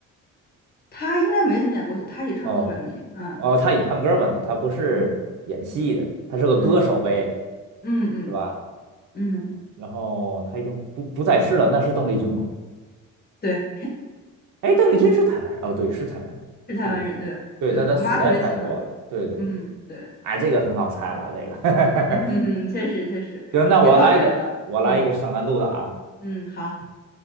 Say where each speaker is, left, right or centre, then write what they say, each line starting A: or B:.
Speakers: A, on the left (about 30°); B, on the right (about 70°).
A: 他应该没怎么演过戏，他以唱歌闻名。
B: 哦
A: 嗯
B: 哦，他以唱歌闻名，他不是演戏的，
A: 嗯
B: 他是个歌手呗，
A: 嗯嗯嗯
B: 是吧？
A: 嗯，
B: 然后他已经不不在世了，那是邓丽君吗？
A: 对，
B: 哎，邓丽君是台湾人，哦，对，是台湾人，
A: 是台湾人。
B: 对对对，
A: 对对，
B: 对，但他死在泰国了，
A: 我妈特别喜欢。
B: 对对
A: 嗯，对，
B: 哎，这个很好猜了，这个。
A: 嗯嗯嗯，<laughs>
B: <laughs>
A: 确实确实也放水了。
B: 行，那我来一个，我来一个上难度的啊。
A: 嗯嗯，好。